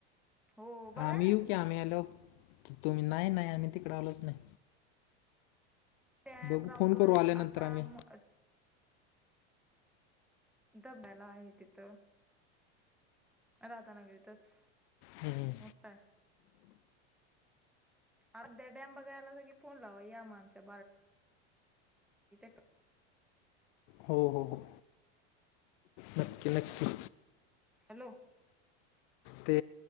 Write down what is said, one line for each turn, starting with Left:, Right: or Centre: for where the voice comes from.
Centre: हो बघाय
Left: आम्ही
Centre: नाही
Left: येऊ
Centre: तुम्ही
Left: की आम्ही आलो. तुम्ही नाही नाही आम्ही तिकडे आलोच नाही.
Centre: टॅम
Left: बघू
Centre: राऊतवाडीत
Left: फोन करू आल्यानंतर
Centre: आता
Left: आम्ही
Centre: म दब्याला आहे तिथं. राधानगरीतच.
Left: हम्म. हम्म.
Centre: मोठाय. आ त्या डॅम बघायला आलासा की, फोन लावा या मग आमच्या <unintelligible>
Left: हो हो हो नक्की नक्की.
Centre: हॅलो.
Left: ते